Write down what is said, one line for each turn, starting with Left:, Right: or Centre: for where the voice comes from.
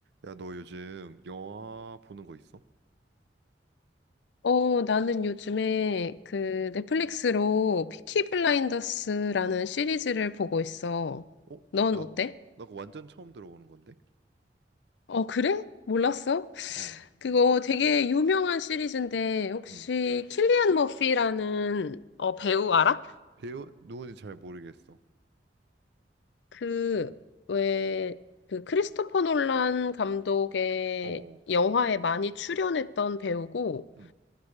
Right: 야, 너 요즘 영화 보는 거 있어?
Left: 어, 나는 요즘에 그 넷플릭스로 피키 블라인더스라는 시리즈를 보고 있어.
Right: 어?
Left: 넌
Right: 나,
Left: 어때?
Right: 나 그거 완전 처음 들어보는 건데?
Left: 어, 그래? 몰랐어?
Right: 어,
Left: 그거 되게 유명한 시리즈인데 혹시
Right: 음.
Left: 킬리안 머피라는 어, 배우 알아?
Right: 배우, 누군지 잘 모르겠어.
Left: 그, 왜, 그 크리스토퍼 놀란 감독의
Right: 어, 어,
Left: 영화에 많이 출연했던 배우고
Right: 음.